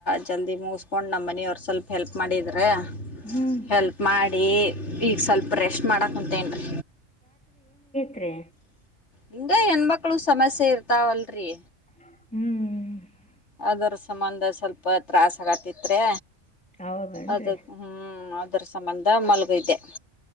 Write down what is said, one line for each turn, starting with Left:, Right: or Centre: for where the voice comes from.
Left: ಜಲ್ದಿ ಮುಗಿಸ್ಕೊಂಡು ನಮ್ಮ ಮನೆಯವ್ರು ಸ್ವಲ್ಪ ಹೆಲ್ಪ್ ಮಾಡಿದರೆ.
Centre: ಹ್ಮ್
Left: ಹೆಲ್ಪ್ ಮಾಡಿ ಈಗ ಸ್ವಲ್ಪ ರೆಸ್ಟ್ ಮಾಡಕ್ ಕುಂತೇನ್ರೀ.
Centre: ತ್ರೆ
Left: ಹಿಂಗ ಹೆಣ್ಮಕ್ಳು ಸಮಸ್ಯೆ ಇರ್ತಾವಲ್ರರಿ.
Centre: ಹ್ಮ್ ಹ್ಮ್
Left: ಅದರ ಸಂಬಂಧ ಸ್ವಲ್ಪ ತ್ರಾಸ ಆಗತಿತ್ರೇ.
Centre: ಹೌದನ್ರಿ
Left: ಅದ ಹ್ಮ್ ಅದ್ರ ಸಂಬಂಧ ಮಲಗಿದ್ದೆ.